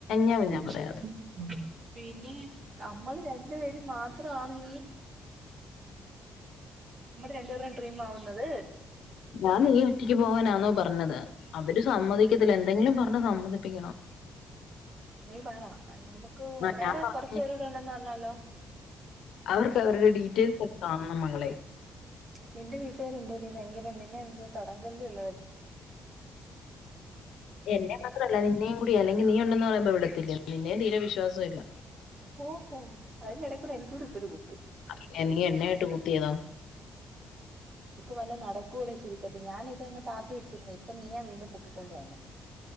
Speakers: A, on the left (about 80°); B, on the right (about 50°).
A: ഞാൻ
B: <unintelligible>
A: ഞാൻ പറയാതെ
B: പിന്നെ നമ്മള് രണ്ട് പേ മാത്രം ആ വീ രണ്ടുപേരുടെയും ഡ്രീം ആവുന്നത്
A: ഞാൻ നീ ഒറ്റക്ക് പോവാനാന്നോ പറഞ്ഞ ത് അവര് സമ്മതിക്കത്തില്ല എന്തെങ്കിലും പ <unintelligible> സമ്മതിപ്പിക്കണം
B: നീ പറ നമുക്ക്
A: ആ
B: വേറെ
A: ഞാൻ പറഞ്ഞു
B: കൊറച്ചു പേരും കൂടെ ഉണ്ടന്ന് പറഞ്ഞാലോ
A: അവർക്ക് അവരുടെ ഡീറ്റെയിൽസ് കാണണം മകളെ
B: നിന്റെ വീട്ടുകാര് എന്താടി വയങ്കര നി നിന്നെ എന്തോ തടങ്കൽ ഇള്ള
A: എന്നെ മാത്രല്ല നിന്നേം കൂടിയാ അല്ലെങ്കിൽ നീ ഒ ണ്ടന്ന് പറയുമ്പോ ഇവിടെത്തില്ലേ നിന്നേം തീരെ വിശ്വാസം ഇല്ല
B: ഓഹോ അതിന്റെടേകൂടെ എനിക്കൂടി ഇട്ടൊരു കുത്ത്
A: പിന്നെ നീ എന്നെ ആയിട്ട് കുത്തിയതോ
B: ഇപ്പൊ വല്ലോം നടക്കോടെ ചുരുക്കത്ത് ഞാനിതങ്ങ് താത്തി വെച്ചിരുന്ന് അപ്പൊ നീയാ വീണ്ടും പൊക്കിക്കൊണ്ട് വന്നേ